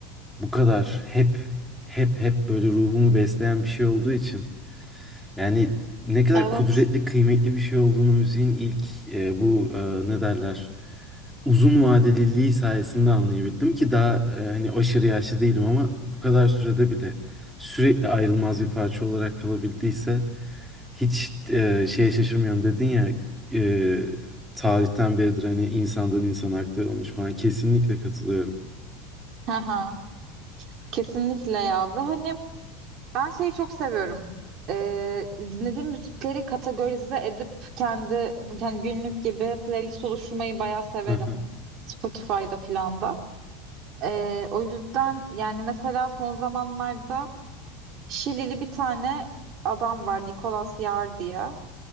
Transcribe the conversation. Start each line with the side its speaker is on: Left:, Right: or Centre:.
Centre: bu kadar hep hep hep böyle ruhumu besleyen bir şey olduğu için yani ne kadar
Right: Evet.
Centre: kudretli, kıymetli bir şey olduğunu müziğin ilk e, bu e, ne derler uzun vadeliliği sayesinde anlayabildim ki daha e, hani aşırı yaşlı değilim ama bu kadar sürede bile sürekli ayrılmaz bir parça olarak kalabildiyse hiç e, şeye şaşırmıyorum dedin ya e, tarihten beridir hani insandan insana aktarılmış falan kesinlikle katılıyorum.
Right: Hı hı. Kesinlikle ya. Ve hani ben şeyi çok seviyorum. Ee, dinlediğim müzikleri kategorize edip kendi, kendi günlük gibi playlist oluşturmayı bayağı severim.
Centre: <laughs>
Right: Spotify'da filan da. Ee, o yüzden yani mesela son zamanlarda Şilili bir tane adam var Nicolas Yar diye.